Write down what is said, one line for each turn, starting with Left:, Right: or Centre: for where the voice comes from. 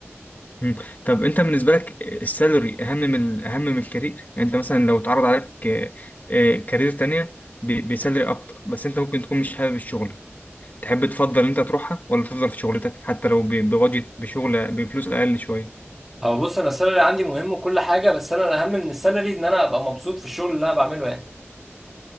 Left: مم. طب انت بالنسبه لك السالري اهم من اهم من الكارير يعني انت مثلا لو اتعرض عليك آه، آه، كارير تانية ب- بسالري اكتر بس انت ممكن تكون مش حابب الشغل تحب تفضل ان انت تروحها ولا تفضل في شغلتك حتى لو ب- بوجه بشغل بفلوس اقل شويه
Centre: هو بص انا السالري عندي مهم وكل حاجه بس انا الاهم من السالري ان انا ابقى مبسوط في الشغل اللي انا بعمله يعني